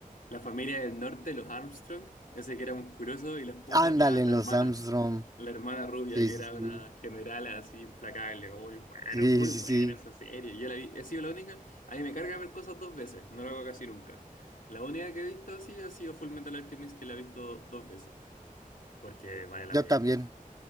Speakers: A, on the left; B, on the right.
A: La familia del norte, los Armstrong, ese que era musculoso, y la esposa,
B: Ándale
A: la, la
B: en
A: hermana,
B: los Armstrong.
A: la hermana rubia,
B: Sí,
A: que
B: sí,
A: era
B: sí.
A: una general así implacable. Muy bueno,
B: Sí,
A: muy
B: sí,
A: buena
B: sí.
A: esa serie. Yo la vi, he sido la única. A mí me carga ver cosas dos veces, no lo hago casi nunca. La única que he visto así ha sido Full Metal Alchemist, que la he visto dos veces, porque vale la
B: Yo
A: pena.
B: también.